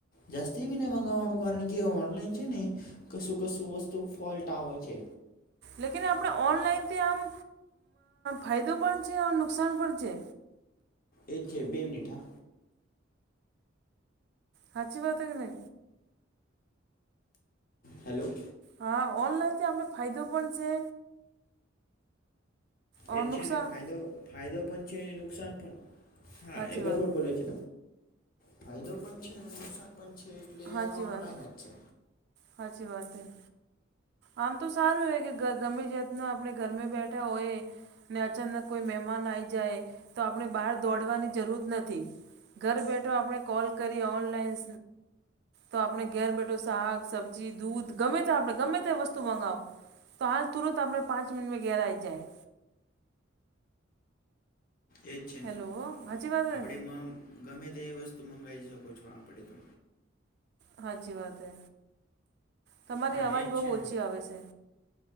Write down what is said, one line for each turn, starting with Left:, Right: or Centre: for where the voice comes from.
Left: જાસ્તી બીને મંગાવવાનું કારણ કે ઓનલાઈન છે ને કશું કશું વસ્તુ ફોલ્ટ આવે છે.
Right: લેકીન આપણે ઓનલાઈનથી આમ ફાયદો પણ છે અને નુકસાન પણ છે.
Left: એ છે બે મિનિટ હા,
Right: હાચી વાત હે કે નય?
Left: હેલો.
Right: હા, ઓનલાઈનથી આપને ફાયદો પણ છે અ,
Left: એ જ
Right: નુકસાન
Left: છે ને ફાયદો ફાયદો પણ છે ને નુકસાન પણ. હા
Right: સાચી
Left: એ <unintelligible>
Right: વાત હે.
Left: ફાયદો પણ છે અને નુકસાન પણ છે એટલે
Right: હાચી
Left: એ ઓનલાઈન
Right: વાત
Left: જ છે.
Right: હાચી વાત હૈ. આમ તો સારું એ કે ગ ગમે જાતના આપણે ઘરમે બેઠા હોયે ને અચાનક કોઈ મહેમાન આવી જાય તો આપણે બહાર દોડવાની જરૂર નથી. ઘર બેઠો આપણે કોલ કરી ઓનલાઈન તો આપણે ઘર બેઠો શાક, સબ્જી, દૂધ ગમે તે આપડે ગમે તે વસ્તુ મંગાવો. તો હાલ તુરંત આપડે પાંચ મિનિટમાં ઘેરાઈ જાય.
Left: એ જ છે ને
Right: હેલો હાચી વાત
Left: આપણે
Right: હે
Left: મ ગમે તે એ વસ્તુ મંગાવી શકો છો આપણે તો
Right: સાચી વાત હે તમારી
Left: હા
Right: અવાજ
Left: એજ
Right: બહુ
Left: છે ને
Right: ઓછી આવે છે.